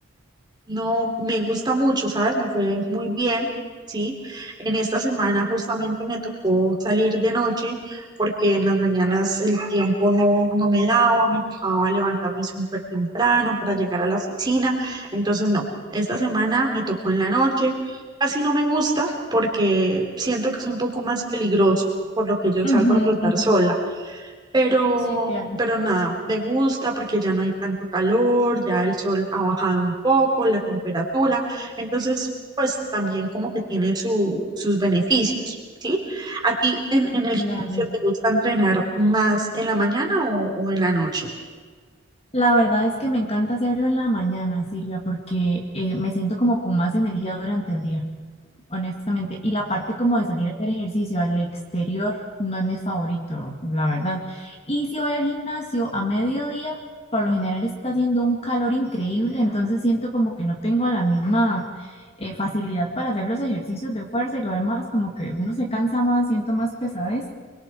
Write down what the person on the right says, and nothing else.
No, me gusta mucho, ¿sabes? Me fue muy bien, ¿sí? En esta semana justamente me tocó salir de noche porque en las mañanas el tiempo no, no me daba, me tocaba levantarme súper temprano para llegar a la oficina. Entonces, no, esta semana me tocó en la noche. Casi no me gusta porque siento que es un poco más peligroso, por lo que yo salgo
a trotar
sola pero,
pero nada, me gusta porque ya no hay tanto calor, ya el sol ha bajado un poco, la temperatura, entonces pues también como que tiene su- sus beneficios, ¿sí? ¿A ti en,
en el
gimnasio te gusta entrenar más en la mañana o, o en la noche?